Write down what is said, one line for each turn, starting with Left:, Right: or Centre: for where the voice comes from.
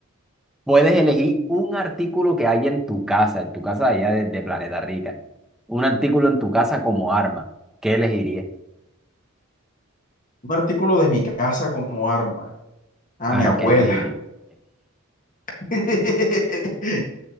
Centre: Puedes elegir un artículo que hay en tu casa, en tu casa allá de, de Planeta Rica. Un artículo en tu casa como arma. ¿Qué elegirías?
Left: Un artículo de mi casa como arma. A
Centre: Claro,
Left: mi abuela.
Centre: ¿qué elegirías?
Left: <laughs>